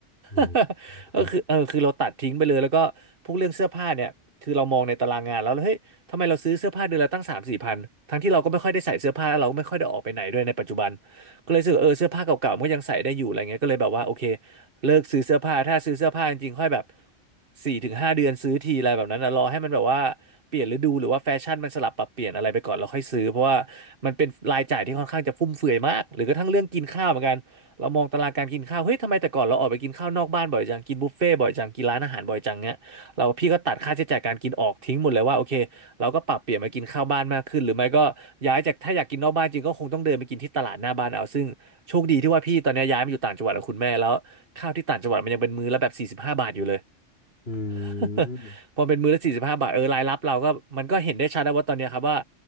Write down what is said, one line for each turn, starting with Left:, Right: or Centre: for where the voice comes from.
Left: อืม
Right: <laughs>
Left: ครับ
Right: ก็คือเออคือเราตัดทิ้งไปเลยแล้วก็พวกเรื่องเสื้อผ้าเนี่ยคือเรามองในตารางงานแล้วแล้วเฮ้ยทำไมเราซื้อเสื้อผ้าเดือนละตั้งสามสี่พันทั้งที่เราก็ไม่ค่อยได้ใส่เสื้อผ้าแล้วเราก็ไม่ค่อยได้ออกไปไหนด้วยในปัจจุบันก็เลยรู้สึกว่าเออเสื้อผ้าเก่าๆมันก็ยังใส่ได้อยู่อะไรเงี้ยก็เลยแบบว่าโอเค เลิกซื้อเสื้อผ้าถ้าซื้อเสื้อผ้าจริงๆค่อยแบบสี่ถึงห้าเดือนซื้อทีอะไรแบบนั้นนะรอให้มันแบบว่าเปลี่ยนฤดูหรือว่าแฟชั่นมันสลับปรับเปลี่ยนอะไรไปก่อนเราค่อยซื้อเพราะว่ามันเป็นรายจ่ายที่ค่อนข้างจะฟุ่มเฟือยมากหรือกระทั่งเรื่องกินข้าวเหมือนกันเรามองตารางการกินข้าวเฮ้ยทำไมแต่ก่อนเราออกไปกินข้าวนอกบ้านบ่อยจังกินบุฟเฟ่ต์บ่อยจังกินร้านอาหารบ่อยจังเงี้ยเราพี่ก็ตัดค่าใช้จ่ายการกินออกทิ้งหมดเลยว่าโอเค เราก็ปรับเปลี่ยนมากินข้าวบ้านมากขึ้นหรือไม่ก็ย้ายจากถ้าอยากกินนอกบ้านจริงก็คงต้องเดินไปกินที่ตลาดหน้าบ้านเอาซึ่งโชคดีที่ว่าพี่ตอนนี้ยย้ายมาอยู่ต่างจังหวัดกับคุณแม่แล้วข้าวที่ต่างจังหวัดมันยังเป็นมื้อละแบบสี่สิบห้าบาทอยู่เลย
Left: อืม
Right: <laughs> พอเป็นมื้อละสี่สิบห้าบาทเออรายรับเราก็มันก็เห็นได้ชัดแล้วว่าตอนเนี้ยครับว่า